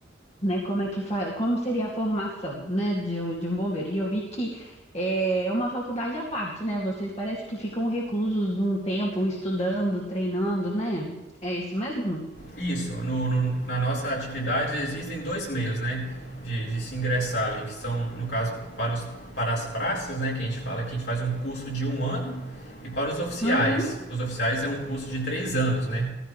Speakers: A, on the left; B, on the left.
A: né? Como é que fa... como seria a formação, né, de, um- de um bombeiro? E eu vi que eh, é uma faculdade à parte, né? Vocês parece que ficam reclusos um tempo estudando, treinando, né? É isso mesmo?
B: isso. No, no- na nossa atividade existem dois meios, né? De, de se ingressar ali, que são, no caso, para, os, para as praças, né? Que a gente fala que a gente faz um curso de um ano e para os oficiais.
A: Uhum,
B: Os oficiais é um curso de três anos, né?